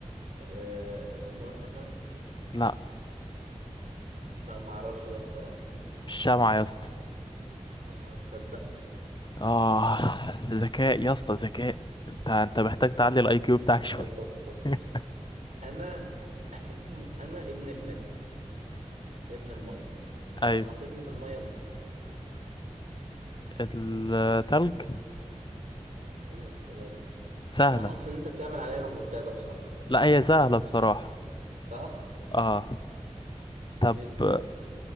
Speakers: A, on the right; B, on the left.
A: آه، النار مثلا
B: لا
A: لا ما اعرفش ده بصراحة
B: الشمعة يا اسطى
A: اه تصدق
B: اه ذكاء يا اسطى ذكاء انت انت محتاج تعلي الاي كيو بتاعك شوية
A: طب بص بص
B: <laughs>
A: بص انا <clears throat> انا ابن الماء ابن المية ولو
B: ايوه
A: حطيتني في المية اموت
B: التلج
A: ايه يا اسطى ده يا اسطى
B: سهلة
A: انا حاسس ان انت بتعمل عليا رومونتادا بصراحة
B: لا هي سهلة بصراحة
A: صح
B: اه طب
A: ايه دي طيب